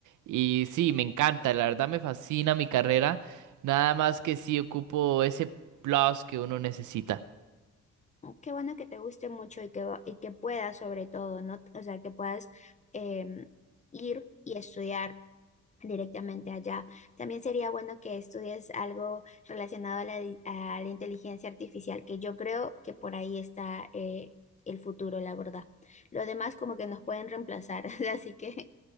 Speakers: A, on the right; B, on the left.
A: Y sí, me encanta, la verdad me fascina mi carrera. Nada más que sí ocupo ese plus que uno necesita.
B: Qué bueno que te guste mucho y que, va- y que puedas sobre todo, ¿no? O sea, que puedas em, ir y estudiar directamente allá. También sería bueno que estudies algo relacionado a la, di- a la inteligencia artificial, que yo creo que por ahí está eh, el futuro, la verdad. Lo demás como que nos pueden reemplazar, <laughs> así que